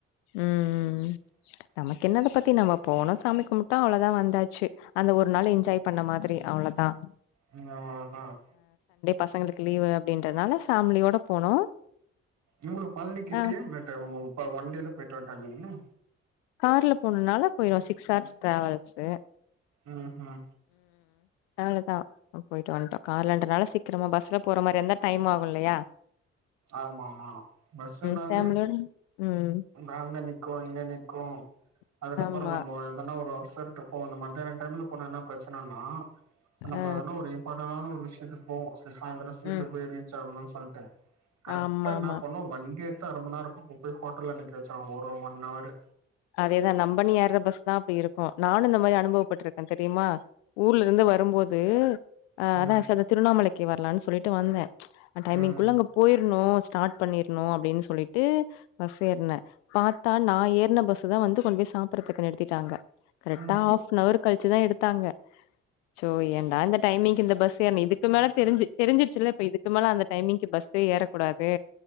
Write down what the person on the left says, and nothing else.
ம் ம்
நமக்கென்னா அத பத்தி நம்ம போனோம் சாமி கும்முட்டோ அவ்ளோதான் வந்தாச்சு அந்த ஒரு நாள் என்ஜாய் பண்ண மாதிரி அவ்ளோதான்
பசங்களுக்கு லீவு அப்டின்றதுனால ஃபேமிலியோட போனோ
அ
கார்ல போணுனால போயிருவ சிக்ஸ் ஹார்ஸ் ட்ராவல்ஸ்ஷு
அவ்ளதா போய்ட்டு வந்ட்டோ கார்லன்றனால சீக்கிரமா பஸ்ல போற மாரி இருந்தா டைம் ஆகுல்லையா
ஃபேமிலியோட ம்
ஆமா
ஆ
ம்
ஆமா
ஆமா
அதேதா நம்பன் ஏற்ற பஸ் தா அப்டி இருக்கு நானு இந்த மாரி அனுபவப்பட்ருக்கே தெரியுமா ஊர்ல இருந்து வரும்போது அஹ்
அதா ஆ அந்த திருண்ணாமலைக்கு வர்லான்னு சொல்லிட்டு வந்தே டைமிங்குள்ள
அங்க போயிர்ணு ஸ்டார்ட் பண்ணிர்ணு அப்டின்னு சொல்லிட்டு பஸ் ஏறுன பாத்தா நா ஏறுன பஸ் தா வந்து கொண்டு போய் சாப்புட்றதுக்குனு நிறுத்திட்டாங்க கரெக்டா
ஆப்ஃனஹவர் கழுச்சுதா எடுத்தாங்க சோ ஏன்டா இந்த டைமிங் இந்த பஸ் சேரினு இதுக்கு மேல தெரிஞ்சு தெரிஞ்சிருச்ச இப்ப இதுக்கு மேல அந்த டைமிங்கு பஸ்ஸே ஏறக்கூடாது